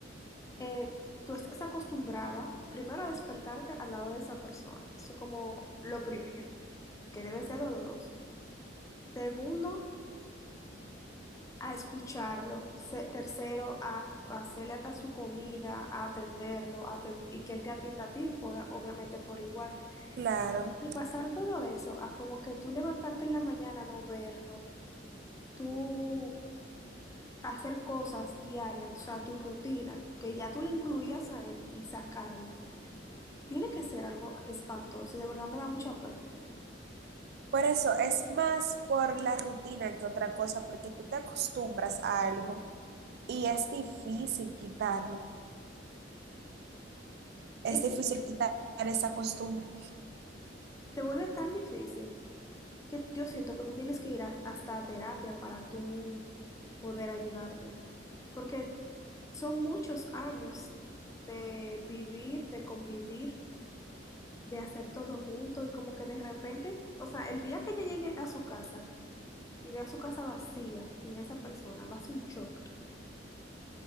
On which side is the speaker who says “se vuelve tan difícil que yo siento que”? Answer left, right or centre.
Left